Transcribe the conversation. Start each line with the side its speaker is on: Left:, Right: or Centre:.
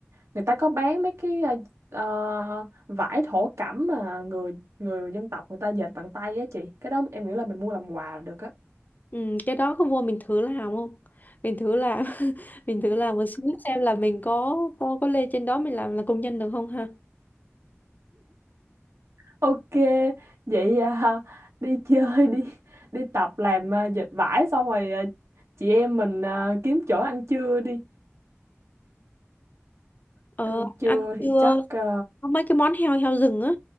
Right: người ta có bán mấy cái ờ, ờ, vải thổ cẩm mà người người dân tộc người ta dệt bằng tay á chị cái đó em nghĩ là mình mua làm quà được á
Left: Ừ, cái đó có vô mình thử làm không? Mình thử làm <laughs> mình thử làm một xíu xem là mình có có có lên trên đó mình làm là công nhân được không ha?
Right: Ok, vậy à, <laughs> đi chơi đi, đi tập làm à, dệt vải xong rồi à, chị em mình à, kiếm chỗ ăn trưa đi.
Left: Ờ
Right: Ăn trưa
Left: ăn
Right: thì
Left: chưa?
Right: chắc à,
Left: Có mấy cái món heo heo rừng á.